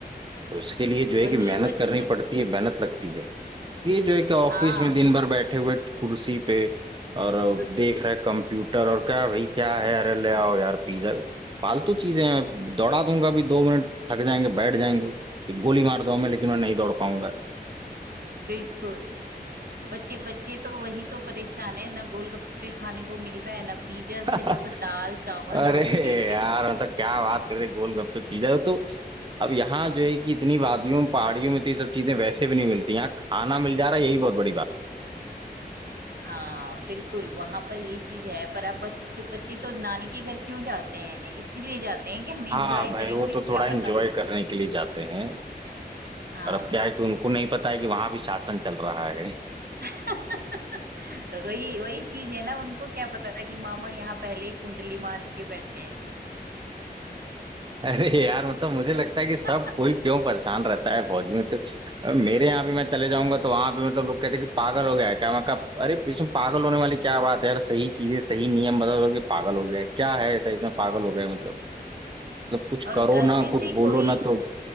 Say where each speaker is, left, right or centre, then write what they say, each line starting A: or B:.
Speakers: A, on the right (about 30°); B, on the right (about 70°).
A: तो इसके लिए जो है
B: वही
A: कि मेहनत
B: बच
A: करनी
B: बच
A: पड़ती है मेहनत लगती है ये जो है कि ऑफिस
B: हाँ
A: में दिन भर बैठे हुए कुर्सी पे और
B: <laughs>
A: देख रहे कंप्यूटर और क्या भाई क्या है अरे ले आओ यार पिज्जा फालतू चीजें हैं दौड़ा दूंगा भी दो मिनट थक जाएंगे बैठ जाएंगे एक गोली मार दो हमें लेकिन मैं नहीं दौड़ पाऊंगा
B: बिल्कुल बच्चे बच्चे तो वही तो परेशान है ना गोलगप्पे खाने को मिल रहा है ना पिज्जा
A: <laughs>
B: सिर्फ दाल चावल
A: अरे
B: रोटी
A: यार मतलब क्या बात कर रहे गोलगप्पे पिज्जा तो अब यहाँ जो है कि इतनी वादियों पहाड़ियों में तो ये सब चीजें वैसे भी नहीं मिलती यहाँ खाना मिल जा रहा है यही बहुत बड़ी बात
B: <laughs> हाँ बिल्कुल वहां पर ये चीज है पर अब बच्चे बच्चे तो नानी के घर क्यों जाते हैं इसीलिए जाते हैं कि हम एंजॉय
A: हाँ भाई
B: करें
A: वो
B: उन्हें
A: तो
B: क्या
A: थोड़ा एंजॉय
B: पता
A: करने के लिए जाते हैं
B: हाँ
A: और अब क्या है कि उनको नहीं पता है कि वहां भी शासन चल रहा है <laughs>
B: <laughs> तो वही वही चीज है ना उनको क्या पता था कि मामा यहाँ पहले ही कुंडली मार के बैठे हैं
A: अरे यार मतलब मुझे लगता
B: <laughs>
A: है कि सब कोई क्यों परेशान रहता है फौजियों से अब मेरे यहाँ भी मैं चले जाऊंगा तो वहां भी मतलब लोग कहते हैं कि पागल हो गया है क्या मैं कहा अरे इसमें पागल होने वाली क्या बात है यार सही चीजें सही नियम बता दो कि पागल हो गया है। क्या है ऐसा इसमें पागल हो गए मतलब मतलब कुछ
B: और
A: करो
B: गलती
A: ना कुछ
B: से
A: बोलो
B: कोई
A: ना तो